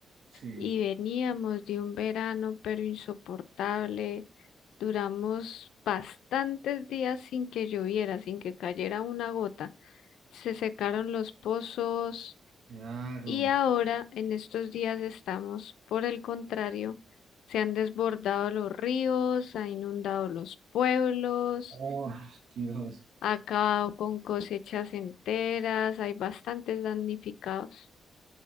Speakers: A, on the right; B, on the left.
A: Sí,
B: Y veníamos de un verano, pero insoportable. Duramos bastantes días sin que lloviera, sin que cayera una gota. Se secaron los pozos.
A: claro.
B: Y ahora, en estos días estamos, por el contrario, se han desbordado los ríos, ha inundado los pueblos,
A: Oh, Dios.
B: ha acabado con cosechas enteras, hay bastantes damnificados.